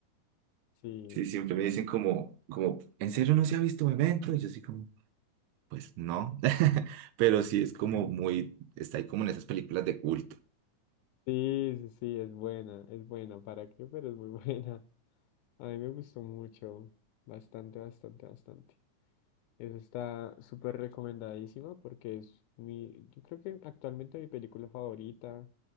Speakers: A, on the left (about 80°); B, on the right (about 75°).
A: Sí.
B: Sí, siempre me dicen como, como, ¿en serio no se ha visto Memento? Y yo así como, pues no. <laughs> Pero sí es como muy, está ahí como en esas películas de culto.
A: Sí, sí, sí, es buena, es buena. ¿Para qué? Pero es muy <laughs> buena. A mí me gustó mucho, bastante, bastante, bastante. Eso está súper recomendadísima porque es mi, yo creo que actualmente mi película favorita.